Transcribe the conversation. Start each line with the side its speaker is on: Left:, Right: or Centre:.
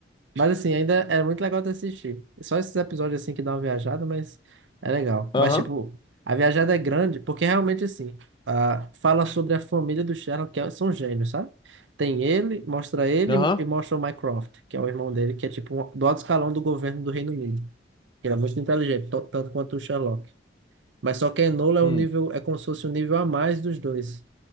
Right: Mas assim, ainda é muito legal de assistir. Só esses episódios assim que dá uma viajada, mas é legal.
Left: Aham,
Right: Mas tipo, a viajada é grande, porque realmente assim, ah, fala sobre a família do Sherlock, que é- são gênios, sabe? Tem ele, mostra ele
Left: aham.
Right: e mostra o Mycroft, que é o irmão dele, que é tipo um- do alto escalão do governo do Reino Unido. Ele é muito inteligente, to- tanto quanto o Sherlock. Mas só que a Enola é
Left: Hum.
Right: um nível, é como se fosse um nível a mais dos dois.